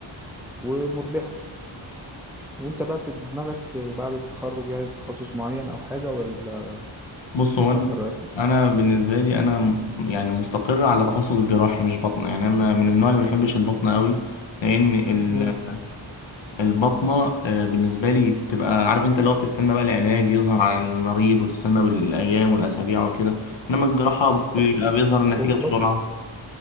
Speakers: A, in the centre; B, on the left.
A: ومربحة وانت بقى في دماغك بعد التخرج يعني تخصص معين او حاجة ولا
B: بص هو
A: لسه
B: انا
A: ما قررتش
B: انا بالنسبه لي انا م- يعني مستقر على تخصص جراحي مش بطنه يعني انا من النوع اللي ما بيحبش البطنه قوي لان ال-
A: مم.
B: البطنه آه، بالنسبه لي بتبقى عارف انت اللي هو بتستنى بقى العلاج يظهر على المريض وتستنى بالايام والاسابيع وكده انما الجراحه بيبقى
A: هو
B: بيظهر النتيجه
A: هو البطن
B: بسرعه